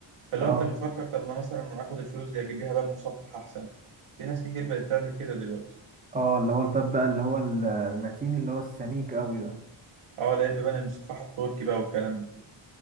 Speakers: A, on the right; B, on the right.
A: فلو
B: اه
A: انت بتفكر طب ما مثلا اخد الفلوس دي اجيب بيها باب مصفح احسن في ناس كتير بقت تعمل كده دلوقتي
B: اه اللي هو الباب بقى اللي هو ال- المتين اللي هو السميك قوي ده
A: اه اللي هي البيبان المصفحه التركي بقى والكلام ده